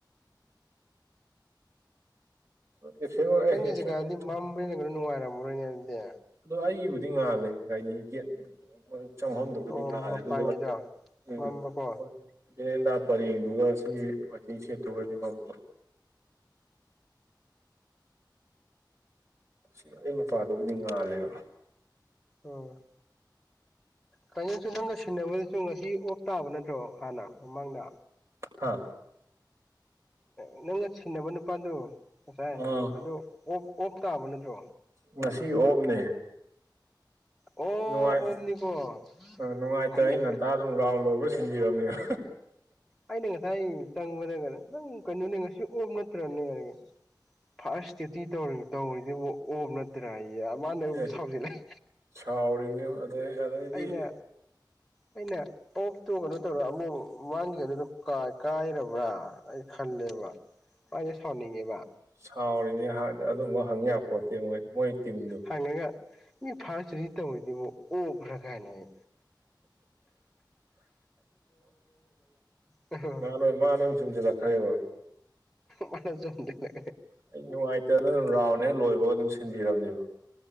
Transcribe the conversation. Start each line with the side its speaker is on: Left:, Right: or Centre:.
Right: ꯑꯦꯞꯁꯦꯟ ꯑꯣꯏꯔꯦ
Centre: ꯅꯪꯒꯤ
Right: ꯑꯦꯞꯁꯦꯟ
Centre: ꯖꯒꯥꯗꯤ
Right: ꯑꯣꯏꯔꯦ
Centre: ꯃꯝꯕꯅꯤꯅꯥ ꯒꯩꯅꯣ ꯅꯨꯡꯉꯥꯏꯔꯝꯃꯔꯣꯏꯅꯦ ꯑꯗꯨꯗꯤ
Right: ꯑꯗꯣ ꯑꯩꯒꯤꯕꯨꯗꯤ ꯉꯥꯜꯂꯦ ꯒꯥꯏꯅꯤ ꯒꯦꯠ ꯆꯪꯕꯝꯗꯨꯕꯨꯗꯤ
Centre: ꯑꯣ
Right: ꯉꯥꯜꯂꯦ
Centre: ꯃꯄꯥꯟꯒꯤꯗꯣ
Right: ꯑꯗꯨꯒ ꯎꯝ
Centre: ꯃꯝꯕꯀꯣ
Right: ꯕꯦꯔꯦꯟꯗꯥ ꯄꯔꯦꯡꯗꯨꯒ ꯁꯤ ꯋꯦꯇꯤꯡ ꯁꯦꯠꯇꯨꯒꯗꯤ ꯃꯝꯕ ꯁꯤ ꯑꯩ ꯅꯨꯄꯥꯥꯗꯨꯕꯨꯗꯤ ꯉꯥꯜꯂꯦꯕ
Centre: ꯎꯝ ꯇꯥꯏꯃꯤꯡꯁꯨ ꯅꯪꯒ ꯁꯤꯟꯅꯕꯗꯁꯨ ꯉꯁꯤ ꯑꯣꯞ ꯇꯥꯕ ꯅꯠꯇ꯭ꯔꯣ ꯍꯥꯟꯅ ꯃꯃꯥꯡꯗ
Right: ꯍꯥꯥ
Centre: ꯎ ꯅꯪꯒ ꯁꯤꯟꯅꯕ ꯅꯨꯄꯥꯗꯣ ꯉꯁꯥꯏ
Right: ꯑꯥ
Centre: ꯑꯗꯨ ꯑꯣꯐ ꯑꯣꯐ ꯇꯥꯕ ꯅꯠꯇ꯭ꯔꯣ
Right: ꯉꯁꯤ ꯑꯣꯞꯅꯦ
Centre: ꯑꯣ
Right: ꯅꯨꯡꯉꯥꯏ
Centre: ꯑꯣꯝꯅꯤꯀꯣ
Right: ꯑꯥ ꯅꯨꯡꯉꯥꯏꯇ
Centre: ꯑꯩꯅ
Right: ꯑꯩ ꯉꯟꯇꯥ ꯑꯗꯨꯝ ꯔꯥꯎꯟ ꯂꯣꯏꯕꯒ ꯁꯤꯟꯕꯤꯔꯕꯅꯤꯗ
Centre: ꯑꯩꯅ ꯉꯁꯥꯏ ꯆꯪꯕꯗꯒ ꯅꯪ ꯀꯩꯅꯣꯅꯦ ꯉꯁꯤ ꯑꯣꯞ ꯅꯠꯇ꯭ꯔꯅꯦ ꯍꯥꯏꯔꯒ ꯐꯥꯔꯁ ꯇꯦꯇꯤ ꯇꯧꯔꯤ ꯇꯧꯔꯤꯗꯨꯕꯨ ꯑꯣꯞ ꯅꯠꯇ꯭ꯔꯥꯌꯦ ꯃꯥꯅ ꯑꯩꯕꯨ
Right: ꯑꯦ
Centre: ꯁꯥꯎꯖꯜꯂꯩ
Right: ꯁꯥꯎꯔꯤꯅꯤ ꯑꯗꯩ ꯑꯗꯩꯗꯤ
Centre: ꯑꯩꯅ ꯑꯩꯅ ꯑꯣꯐꯇꯣ ꯀꯩꯅꯣ ꯇꯧꯔ ꯑꯃꯨꯛ ꯃꯥꯡꯒꯤ ꯀꯩꯅꯨꯗꯨ ꯀꯥꯏ ꯀꯥꯏꯔꯕ꯭ꯔꯥ ꯑꯩ ꯈꯜꯂꯦꯕ ꯑꯗꯤ ꯁꯥꯎꯅꯤꯡꯉꯦꯕ
Right: ꯁꯥꯎꯔꯤꯝꯅꯤ ꯍꯥꯠ ꯑꯗꯨꯝꯕ ꯍꯪꯌꯥꯄꯣꯠꯇꯦ ꯃꯣꯏ ꯃꯣꯏ ꯇꯤꯝꯗꯨ
Centre: ꯍꯪꯉꯒ ꯃꯤ ꯐꯥꯔ ꯗꯨꯇꯤ ꯇꯧꯔꯤꯗꯨꯕꯨ ꯑꯣꯐ ꯔ ꯀꯥꯏꯅꯒ <unintelligible>
Right: ꯪ <unintelligible> ꯆꯨꯝꯖꯤꯜꯂꯛꯈ꯭ꯔꯦꯕ
Centre: ꯃꯥꯅ ꯆꯨꯝꯗꯅ
Right: ꯑꯩ ꯅꯨꯡꯉꯥꯏꯇꯗꯅ ꯔꯥꯎꯟ ꯍꯦꯛ ꯂꯣꯏꯕꯒ ꯑꯗꯨꯝ ꯁꯤꯟꯕꯤꯔꯝꯅꯦꯕ